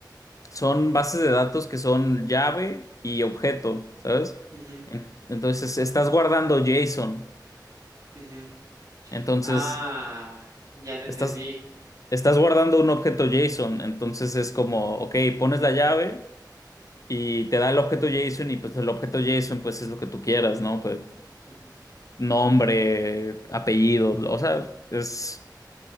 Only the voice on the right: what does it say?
Ujú,
ujú.
Ah, ya te
entendí.
Ujú,